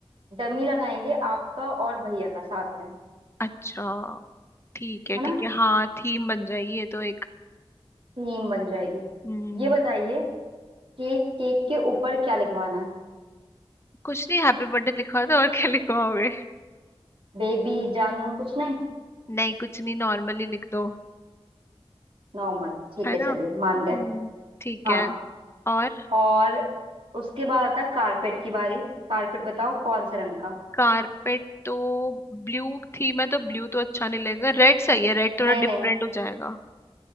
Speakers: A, on the right; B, on the left.
A: डमी लगाएंगे आपका और भैया का साथ में
B: अच्छा ठीक है
A: है
B: ठीक
A: ना
B: है हाँ थीम बन जाएगी ये तो एक
A: थीम बन जाएगी
B: हम्म
A: ये बताइए केक केक के ऊपर क्या लिखवाना है
B: कुछ नहीं हैप्पी बर्थडे लिखवा दो और क्या <laughs> लिखवाओगे
A: बेबी जानू कुछ नहीं
B: नहीं कुछ नहीं नॉर्मली लिख दो
A: नॉर्मल ठीक
B: है
A: है
B: ना
A: चलिए मान
B: हम्म
A: गए
B: ठीक
A: हाँ
B: है और
A: और उसके बाद आता है कारपेट की बारी कारपेट बताओ कौन से रंग का
B: कारपेट तो ब्लू थीम है तो ब्लू तो अच्छा नहीं लगेगा रेड सही है रेड थोड़ा
A: नहीं
B: डिफरेंट
A: नहीं
B: हो जाएगा